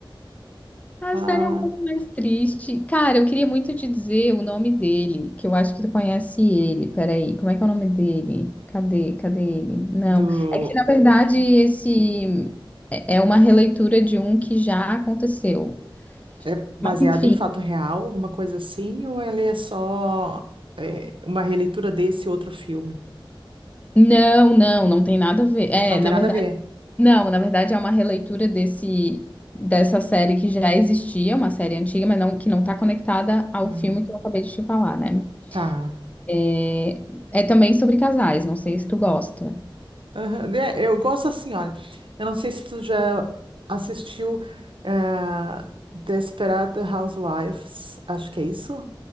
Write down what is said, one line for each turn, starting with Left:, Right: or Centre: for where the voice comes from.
Left: A
Right: ah,
Left: série é um pouco mais triste. Cara, eu queria muito te dizer o nome dele, que eu acho que tu conhece ele. Peraí, como é que é o nome dele? Cadê? Cadê ele? Não.
Right: do...
Left: É que, na verdade, esse é é uma releitura de um que já aconteceu.
Right: É baseada
Left: Mas, enfim.
Right: em fato real, alguma coisa assim, ou ela é só é, uma releitura desse outro filme?
Left: Não, não, não tem nada a ver. É,
Right: Não tem
Left: na
Right: nada
Left: verdade,
Right: a ver.
Left: não, na verdade é uma releitura desse dessa série que já existia, uma série antiga, mas não que não tá conectada ao
Right: Ah,
Left: filme que eu acabei de te falar, né?
Right: tá.
Left: É, é também sobre casais, não sei se tu gosta.
Right: Aham, né, Eu gosto assim, olha. Eu não sei se tu já assistiu eh, Desperate Housewives, acho que é isso.